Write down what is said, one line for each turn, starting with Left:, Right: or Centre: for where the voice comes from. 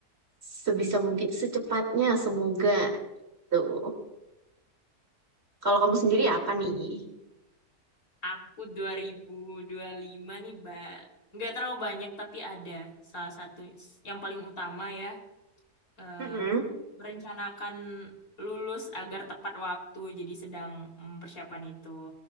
Right: sebisa mungkin secepatnya semoga tuh. Kalau kamu sendiri apa nih?
Left: Aku dua dua ribu dua puluh lima nih, Mbak. Nggak terlalu banyak, tapi ada salah satu yang paling utama ya. eh,
Right: Mm-mm.
Left: merencanakan lulus agar tepat waktu, jadi sedang mempersiapkan itu.